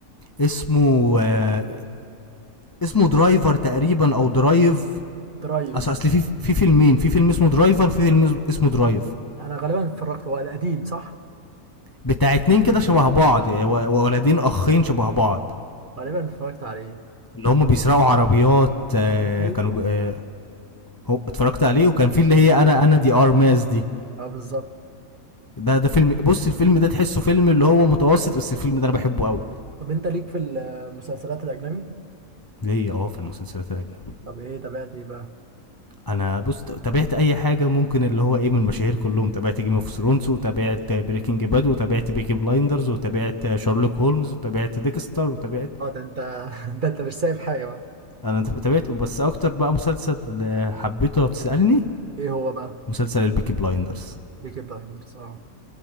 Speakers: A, on the left (about 25°); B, on the right (about 50°).
A: اسمه آه اسمه درايفر تقريبا او درايف
B: درايف
A: اصل اصل في في فيلمين في فيلم اسمه درايفر وفي فيلم اسمه درايف
B: انا غالبا اتفرجت هو قديم صح
A: بتاع اتنين كده شبه بعض آه، و- ولدين اخين شبه بعض
B: غالبا اتفرجت عليه
A: اللي هم بيسرقوا عربيات آه،
B: ايوه
A: كانوا ب- آه، هو اتفرجت عليه وكان في اللي هي انا انا دي ار ماس دي
B: اه بالظبط
A: ده ده فيلم بص الفيلم ده تحسه فيلم اللي هو متوسط بس الفيلم ده انا بحبه قوي
B: طب انت ليك في المسلسلات الاجنبي
A: ليا اه في المسلسلات الاجنبية
B: طب ايه تابعت ايه بقى
A: انا بص تابعت اي حاجه ممكن اللي هو ايه من المشاهير كلهم تابعت جيم اوف ثرونز وتابعت بريكنج باد وتابعت بيكي بلايندرز وتابعت شارلوك هولمز وتابعت ديكستر وتابعت
B: اه ده انت <laughs> ده انت مش سايب حاجه بقى
A: انا تابعت بس اكتر بقى مسلسل آه، حبيته لو تسالني
B: ايه هو بقى
A: مسلسل البيكي بلايندرز
B: بيكي بلايندرز اه